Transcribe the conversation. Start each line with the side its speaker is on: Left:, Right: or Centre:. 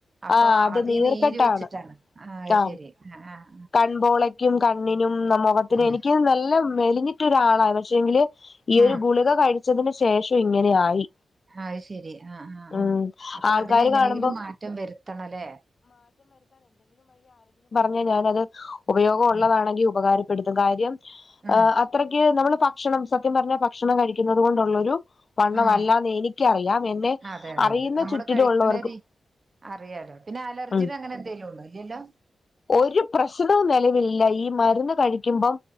Right: അപ്പൊ
Left: ആഹ് അത്
Right: അതീ
Left: നീർക്കെട്ടാണ്
Right: നീര് വെച്ചിട്ടാണ് ആ അത്
Left: ആഹ്
Right: ശരി ആ ആ
Left: കൺപോളയ്ക്കും കണ്ണിനും ഉം മുഖത്തിന്
Right: ആഹ്
Left: എനിക്ക് നല്ല മെലിഞ്ഞിട്ടൊരാളാ പക്ഷെ എങ്കില് ഈ
Right: ഉം
Left: ഒരു ഗുളിക കഴി ച്ചതിന് ശേഷം ഇങ്ങനെ ആയി
Right: അത് ശെരി ആഹ് ആഹ്
Left: ഉം
Right: ആഹ് അപ്പൊ
Left: ആൾക്കാര്
Right: അതിനെ എങ്ങനെങ്കിലും
Left: കാണുമ്പം
Right: മാറ്റം വരുത്തണല്ലേ
Left: ഞ്ഞെരാൻ അത് ഉപയോഗം ഉള്ളതാണെങ്കിൽ
Right: ഉം
Left: ഉപകാരം പ്പെടുത്ത് കാര്യം
Right: ഉം
Left: ആ അത്രയ്ക്ക് നമ്മള് ഭക്ഷണം സത്യം പറഞ്ഞ ഭക്ഷണം കഴിക്കുന്നത് കൊണ്ടുള്ളൊരു വണ്ണമല്ലാന്ന്
Right: ഉം
Left: എനിക്കറിയാം എന്നെ
Right: അതെതെതെ
Left: അറിയുന്ന
Right: നമ്മള്
Left: ചുറ്റിലുള്ളവർക്കും
Right: കഴിക്ക്ണെ അറിയാലോ പിന്നെ അലർജി
Left: ഉം
Right: അങ്ങനെ എന്തേലും ഉള്ളോ ഇല്ലല്ലോ
Left: ഒരു പ്രശ്നവും നിലവില് ല്ല ഈ മരുന്ന് കഴിക്കുമ്പം